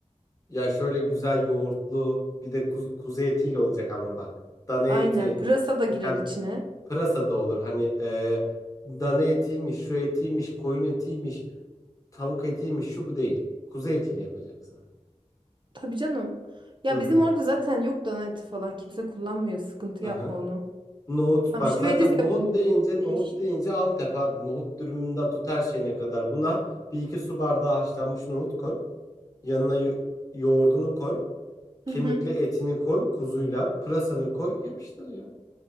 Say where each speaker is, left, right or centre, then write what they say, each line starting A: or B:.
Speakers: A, on the left; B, on the right.
A: Ya şöyle güzel yoğurtlu bir de kuzu, kuzu etiyle olacak ama bak. Dana
B: Aynen.
A: eti
B: Pırasa da
A: bilmem
B: girer içine.
A: pırasa da olur. Hani e, dana etiymiş, şu etiymiş, koyun etiymiş, tavuk etiymiş şu bu değil. Kuzu etiyle yapacaksın.
B: Tabii canım. Ya
A: Hı hı.
B: bizim orada zaten yok dana eti falan. Kimse kullanmıyor. Sıkıntı
A: Aha.
B: yapma onu.
A: Nohut
B: Tamam
A: bak
B: şiveydiz
A: zaten
B: yapın
A: nohut
B: diyorsun.
A: deyince
B: Değişik.
A: nohut deyince Antep abi. Nohut dürümünden tut her şeyine kadar. Buna bir iki su bardağı haşlanmış nohut koy. Yanına yo- yoğurdunu koy.
B: Hı
A: Kemikli
B: hı.
A: etini koy kuzuyla. Pırasanı koy yapıştır ya.